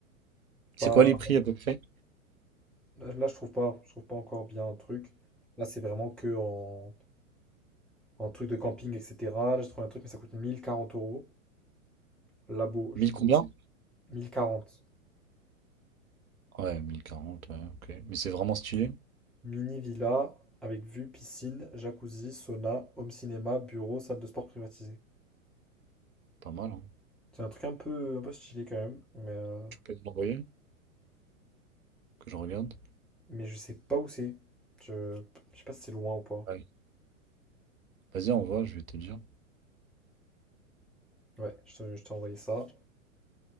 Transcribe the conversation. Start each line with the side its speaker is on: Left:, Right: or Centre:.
Right: C'est
Centre: Pas...
Right: quoi les prix à peu près?
Centre: Là, là, je trouve pas, je trouve pas encore bien un truc. Là, c'est vraiment que en, en truc de camping, etc. Là, J'ai trouvé un truc, mais ça coûte 1040 euros. Labo, je
Right: 1000
Centre: sais pas
Right: combien?
Centre: où c'est. 1040.
Right: Ouais, 1040, ouais, ok. Mais c'est vraiment stylé,
Centre: Mini villa avec vue, piscine, jacuzzi, sauna, home cinéma, bureau, salle de sport privatisée.
Right: pas mal, hein.
Centre: C'est un truc un peu, un peu stylé quand même, mais euh,
Right: Tu peux me l'envoyer que je regarde?
Centre: mais je sais pas où c'est. Je, je sais pas si c'est loin ou pas.
Right: Ouais. Vas-y, envoie, je vais te dire.
Centre: Ouais, je te- je t'ai envoyé ça.